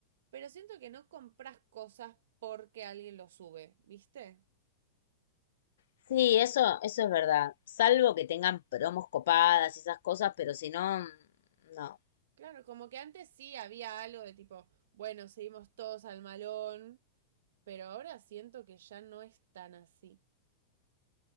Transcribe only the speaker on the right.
pero siento que no compras cosas porque alguien lo sube, ¿viste?
Claro, como que antes sí había algo de tipo, bueno, seguimos todos al malón, pero ahora siento que ya no es tan así.